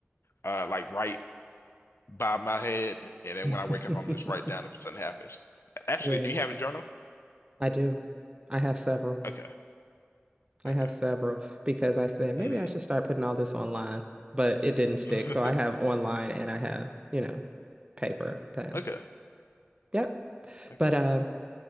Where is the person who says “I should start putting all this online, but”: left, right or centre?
Right